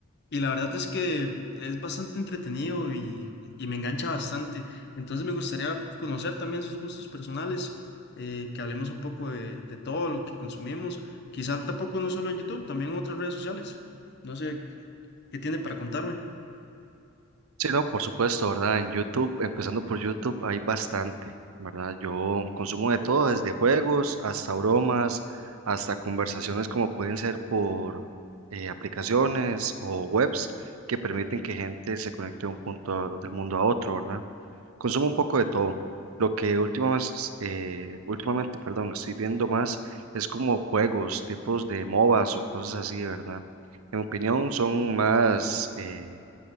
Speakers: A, on the left (about 55°); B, on the right (about 80°).
A: Y la verdad es que es bastante entretenido y, y me engancha bastante. Entonces me gustaría conocer también sus gustos personales, eh, que hablemos un poco de, de todo lo que consumimos, quizá tampoco no solo en YouTube, también en otras redes sociales. No sé qué tiene para contarme.
B: Sí, no, por supuesto, ¿verdad? En YouTube, empezando por YouTube, hay bastante, ¿verdad? Yo consumo de todo, desde juegos hasta bromas, hasta conversaciones como pueden ser por eh, aplicaciones o webs que permiten que gente se conecte de un punto a- del mundo a otro, ¿verdad? Consumo un poco de todo. Lo que últimas, eh, últimamente, perdón, estoy viendo más es como juegos, tipos de MOBAs o cosas así, ¿verdad? En mi opinión, son más... eh,